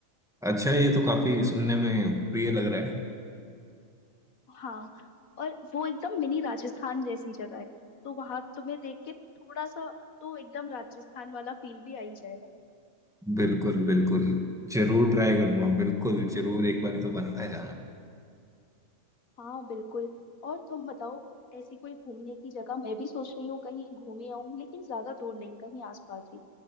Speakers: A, in the centre; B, on the left.
A: अच्छा ये तो काफी सुनने में प्रिय लग रहा है
B: हाँ और वो एकदम मिनी राजस्थान जैसी जगह है तो वहां तुम्हें देख के थोड़ा सा तो एकदम राजस्थान वाला फील भी आ ही जाएगा
A: बिल्कुल बिल्कुल जरूर ट्राई करूंगा बिल्कुल जरूर एक बार ही तो बनता है जाना
B: हाँ बिल्कुल और तुम बताओ ऐसी कोई घूमने की जगह मैं भी सोच रही हूँ कहीं घूमे आऊँ लेकिन ज्यादा दूर नहीं कहीं आसपास ही